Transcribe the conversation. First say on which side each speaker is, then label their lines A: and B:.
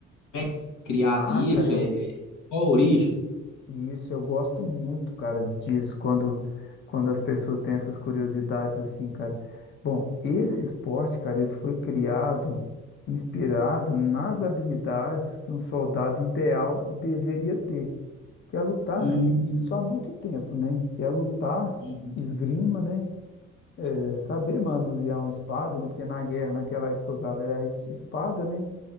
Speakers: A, on the left; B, on the left.
A: Como é que foi criado
B: ah,
A: isso?
B: cara, eu
A: É, qual a origem?
B: e Isso, eu gosto muito, cara, disso, quando, quando as pessoas têm essas curiosidades assim, cara. Bom, esse esporte, cara, ele foi criado, inspirado nas habilidades que um soldado ideal deveria ter, que é lutar,
A: Hum,
B: né? E Isso há muito tempo, né? Que é lutar,
A: uhum.
B: esgrima, né? É saber manusear uma espada, né? Porque na guerra, naquela época, usava era es- espada, né?